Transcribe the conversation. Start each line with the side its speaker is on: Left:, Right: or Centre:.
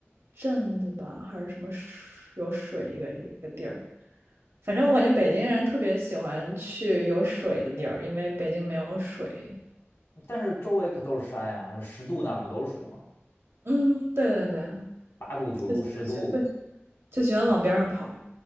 Right: 镇子吧，还是什么水有水一个一个地儿。反正我感觉北京人特别喜欢去有水的地儿，因为北京没有水。
Left: 但是周围可都是山呀、什么十渡那儿不都是水吗？
Right: 嗯，对对对，
Left: 八渡、九渡、
Right: 就就就就
Left: 十渡
Right: 就喜欢往边上跑